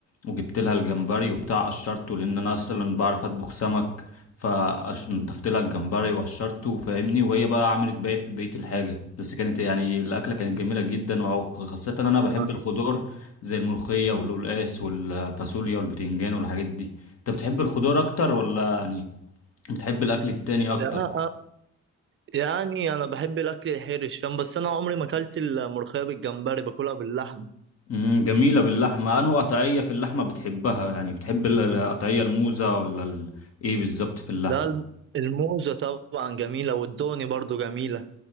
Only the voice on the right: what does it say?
انا
يا- آه، يعني انا بحب الاكل الحرش فاهم بس انا عمري ما اكلت الملوخية بالجمبري باكلها باللحمة
ده الم- الموزة طبعا جميلة والدوني برضو جميلة